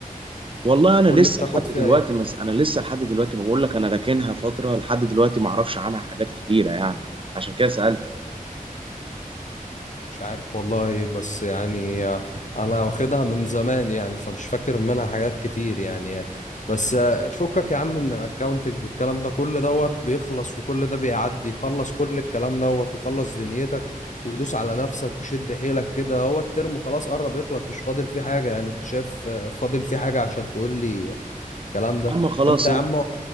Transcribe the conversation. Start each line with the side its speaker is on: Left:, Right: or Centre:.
Right: والله انا
Left: قول
Right: لسه
Left: لي بتاخد
Right: لحد
Left: فيها
Right: دلوقتي
Left: ايه
Right: مس... انا لسه لحد دلوقتي بقول لك انا راكنها فترة لحد دلوقتي ما اعرفش عنها حاجات كتيرة يعني عشان كده سألت
Left: مش عارف والله بس يعني انا واخدها من زمان يعني فمش فاكر منها حاجات كتير يعني بس فكك يا عم من الاكاونتنج والكلام ده كل دوت بيخلص وكل ده بيعدي خلص كل الكلام دوت وخلص دنيتك ودوس على نفسك وشد حيلك كده هو الترم خلاص قرب يخلص مش فاضل فيه حاجة يعني انت شايف فاضل فيه حاجة عشان تقول لي الكلام ده
Right: يا عم خلاص
Left: انت يا
Right: انت
Left: عم